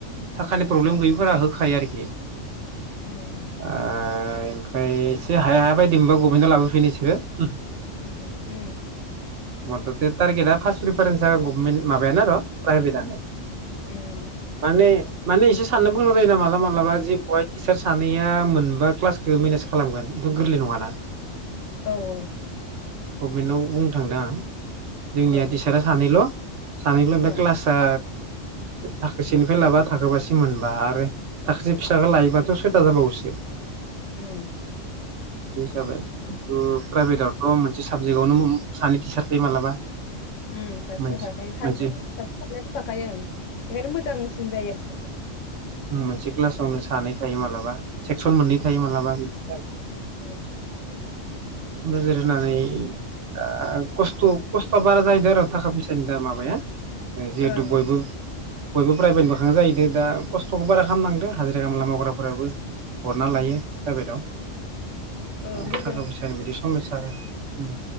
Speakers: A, on the right; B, on the left.
A: थाखानि प्रब्लेम
B: ओं
A: गैयैफोरा हो होखायो आरोखि
B: उम
A: ओ ओमफ्राय एसे हाया हाया बायदि मोनबा गभमेन्टआव लाबोफिनो इसोरो। ओ
B: उम ओम
A: मथथे टारगेटआ फार्स्ट रिफारेन्सआ गभमेन्ट माबायानो आरो प्राइभेटआनो
B: उम
A: माने माने एसे साननो बुंनो जायोना मालाबा मालाबा जे बहाय टिचार सानैया मोनबा क्लासखौ मेनेज खालामगोन एथ' गोरलै नङाना
B: औ औ
A: गभमेन्टआव बुंनो थांदों आं जोंनिया
B: औ
A: टिसारा सानैल' सानैमोन ओमफाय
B: औ
A: क्लासा थाखोसेनिफ्राय लाबा थाखोबासि मोनबा आरो थाखोसे फिसाखौ लायोबाथ' स <unintelligible> बावोसो
B: उय
A: बे जाबाय उम प्राइभेटआवथ' मोनसे साबजेक्टआवनो सानै टिचार बे मालाबा
B: उम सासेयाव
A: मोनसे
B: थाखायो सासे
A: मोनसे
B: सानैथ' थाखायो ओं ओंखायनो मोजांसिन जायो‌‌ आरो‌ना‌
A: ओम मोनसे क्लासावनो सानै थायो मालाबा। सेक्सन मोननै
B: उम
A: थायो मालाबा बिनिफ्राय
B: ओं
A: नोजोर होनानै ओ दा खस्थ' खस्थ'आ बारा जाहैदों आरो थाखा फैसानि दा माबाया। जिहेथु
B: ओं
A: बयबो बयबो प्राइभेट बोखां जाहैदों दा खस्थ'खौ बारा खालामनांदो हाजिरा खामला मावग्राफोराबो हरना लायो
B: ओं
A: प्राइभेटआव
B: ओं मोजां
A: थाखा फैसा बिदि समयसा ओं